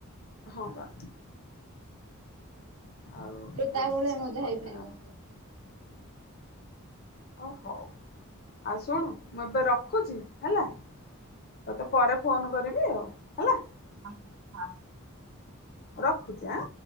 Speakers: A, on the left (about 45°); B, on the right (about 75°).
A: ହ ବା। ଆଉ
B: ତା
A: ଏମିତି
B: ଭଳିଆ
A: ସବୁ
B: ମଜା
A: କଥା
B: ହେଇପାରିବନି।
A: ଆଉ। ଓ ହୋ ଆଉ ଶୁଣୁ ମୁଁ ଏବେ ରଖ୍ ଖୁଚି ହେଲା ତତେ ପରେ ଫୋନ କରିବି ଆଉ ହେଲା।
B: ହଁ ହଁ।
A: ରଖୁଚି ଏଁ।